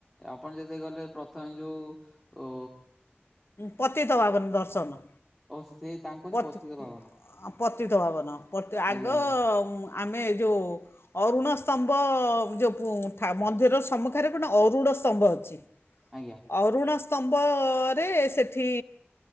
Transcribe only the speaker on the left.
ପତିତପାବନ ଦର୍ଶନ।
ପତ୍
ପତିତପାବନ ଆଗ
ଆମେ ଏ ଯୋଉ ଅରୁଣ ସ୍ତମ୍ଭ ଯୋଉ <unintelligible> ମନ୍ଦିରର ସମ୍ମୁଖରେ ପେ ଅରୁଣ ସ୍ତମ୍ଭ ଅଛି। <unintelligible>
ଅରୁଣ ସ୍ତମ୍ଭ ରେ ସେଠି